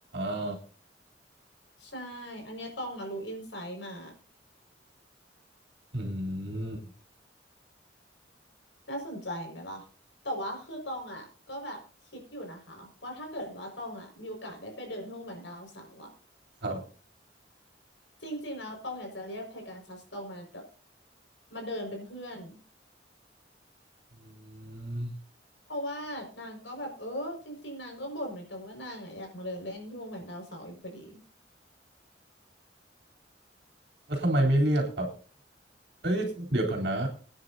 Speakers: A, on the right (about 60°); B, on the left (about 75°).
A: อ
B: ใช่อันเนี้ยตองอะรู้อินไซต์มา
A: อืม
B: น่าสนใจไหมล่ะแต่ว่าคือตองอ่ะก็แบบคิดอยู่นะคะว่าถ้าเกิดว่าตองอ่ะมีโอกาสได้ไปเดินที่โอแมนดาวเสาร์อ่ะ
A: ครับ
B: จริงๆแล้วตองอยากจะเรียกเพกาซัสตองมาแบบมาเดินเป็นเพื่อน
A: อืม
B: เพราะว่านางก็แบบเออจริงๆนางก็บ่นเหมือนกันว่านางอ่ะอยากมาเดินเล่นที่วงแหวนดาวเสาร์อยู่พอดี
A: แล้วทำไมไม่เรียกแบบเอ้ยเดี๋ยวก่อนนะ